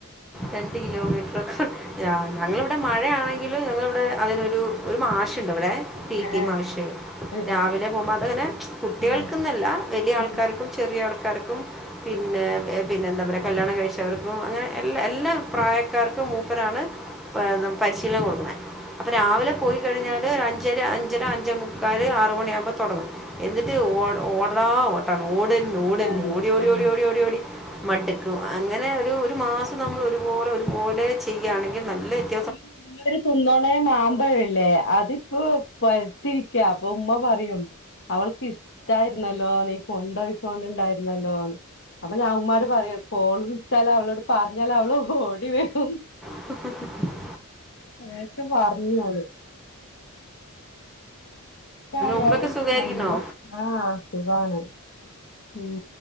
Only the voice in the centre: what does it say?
രണ്ട് കിലോമീറ്ററൊക്കെ ഞ ഇവിടെ മഴയാണെങ്കിലും ഞങ്ങളിവിടെ അതിനൊരു ഒരു മാശുണ്ട് ഇവിടെ. പിടി
മാഷ്
രാവിലെ പോകുമ്പോ അതങ്ങനെ കുട്ടികൾക്ക്ന്നല്ല.
വലിയ
ആൾക്കാർ
ആൾക്കാർക്കും ചെറിയ ആൾക്കാർക്കും. പിന്നെ പിന്നെ എന്താ പറയുക കല്യാണം കഴിച്ചവർക്കും അങ്ങനെ എല്ലാ എല്ലാ പ്രായക്കാർക്കും മൂപ്പരാണ്. പരിശീലനം കൊടുക്കണേ അപ്പൊ രാവിലെ പോയി കഴിഞ്ഞാല്. അഞ്ചര അഞ് അഞ്ചര അഞ്ചച് മുക്കാല് ആറ് മണിയാകുമ്പോൾ തുടങ്ങും. എന്നിട്ട് ഓ ഓടാ ഓട്ടാണ് ഓടനെ ഓട് തന്നെ
ഓടി
ഓടി
ഓടി ഓടി ഓടി ഓടി മടുക്കും അങ്ങനെ ഒരു മാസം ഇ നമ്മൾ ഒരുപോലെ ഒരുപോലെ ചെയ്യുകയാണെങ്കിൽ നല്ലത്.
<inaudible>
ഉമ്മയൊക്കെ സുഖമായിരിക്കണോ